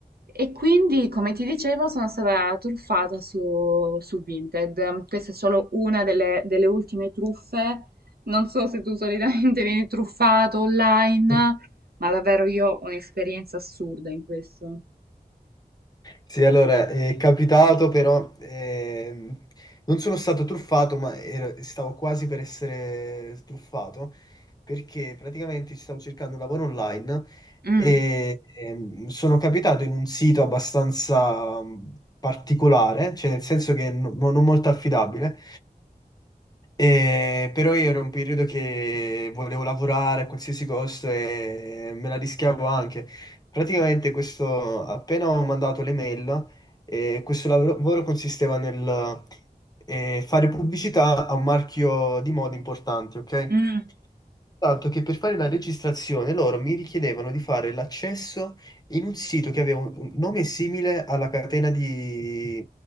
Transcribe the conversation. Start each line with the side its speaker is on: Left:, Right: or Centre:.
Right: E quindi, come ti dicevo, sono stata truffata su, su Vinted. Questa è solo una delle, delle ultime truffe. Non so se tu solitamente <laughs> vieni truffato online,
Left: Eh,
Right: ma davvero io ho un'esperienza assurda in questo.
Left: Sì, allora, è capitato però, ehm, non sono stato truffato, ma ero- stavo quasi per essere truffato, perché praticamente stavo cercando un lavoro online
Right: Mm,
Left: e ehm, sono capitato in un sito abbastanza mm, particolare, cioè nel senso che no- non molto affidabile, e- però io ero in un periodo che volevo lavorare a qualsiasi costo e me la rischiavo anche. Praticamente questo, appena ho mandato l'email, eh, questo lavoro consisteva nel eh, fare pubblicità a un marchio di moda importante, ok?
Right: mm.
Left: Tanto che per fare la registrazione loro mi richiedevano di fare l'accesso in un sito che aveva un un nome simile alla catena di,